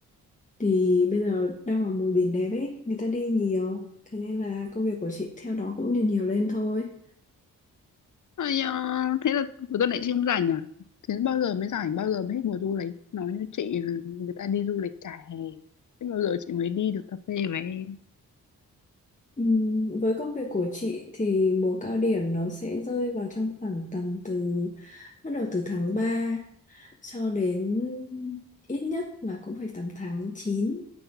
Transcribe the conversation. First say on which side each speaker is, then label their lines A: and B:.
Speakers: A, on the left; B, on the left.
A: Thì bây giờ đang vào mùa biển đẹp ấy, người ta đi nhiều Thế nên là công việc của chị theo đó cũng nhiều nhiều lên thôi
B: Ây da, thế là cuối tuần này chị không rảnh à? Thế bao giờ mới rảnh, bao giờ mới hết mùa du lịch? Nói như chị là người ta đi du lịch cả hè. Thế bao giờ chị mới đi được cà phê với em?
A: Ừm, Với công việc của chị thì mùa cao điểm nó sẽ rơi vào trong khoảng tầm từ bắt đầu từ tháng 3 cho đến ít nhất là cũng phải tầm tháng chín